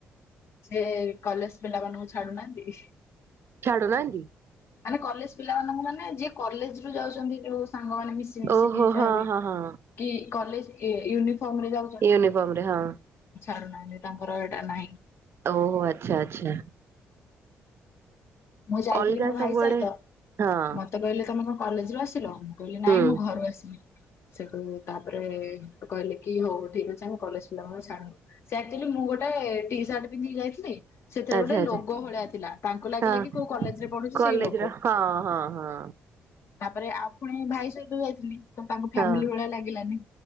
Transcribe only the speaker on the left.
ସେ କଲେଜ ପିଲାମାନଙ୍କୁ ଛାଡୁନାହାନ୍ତି କି?
ମାନେ କଲେଜ ପିଲା ମାନଙ୍କୁ ମାନେ ଯିଏ କଲେଜ ରୁ ଯାଉଛନ୍ତି ଯୋଉ ସାଙ୍ଗମାନେ ମିଶି ମିଶିକି
ଯାହାବି
କି କଲେଜ ୟୁନିଫର୍ମ ରେ ଯାଉ
ଛାଡୁ ନାହାନ୍ତି ତାଙ୍କର ହେଇଟା ନାହିଁ।
ମୁଁ ଯାଇଥିଲି
ମୋ
ଭାଇ ସହିତ
ମ ତେ କହିଲେ ତମେ କଣ କଲେଜରୁ ଆସିଲ ମୁଁ କହିଲି ନାଇଁ
ମୁଁ ଘରୁ ଆସିଲି। ସେଠୁ ତାପରେ କହିଲେ କି ହଉ ହଉ ଠିକ୍ ଅଛି ଆମେ କଲେଜ ପିଲାମାନଙ୍କୁ ଛାଡୁନୁ <unintelligible> ଆକଚ୍ୟୁଲି ମୁଁ ଗୋଟେ ଟି ସାର୍ଟ ପିନ୍ଧିକି ଯାଇଥିଲି ସେଥିରେ
ଗୋଟେ
ଲୋଗ ଭଳିଆ ଥିଲା ତାଙ୍କୁ ଲାଗିଲା
କି କଲେଜରେ ପଢୁଚି
ସେଇ ଲୋଗ।
ତାପରେ ଆଉ ପୁଣି ଭାଇ ସହିତ ଯାଇଥିଲି। ତ ତାଙ୍କୁ ଫ୍ୟାମିଲି
ଭଳିଆ ଲାଗିଲାନି।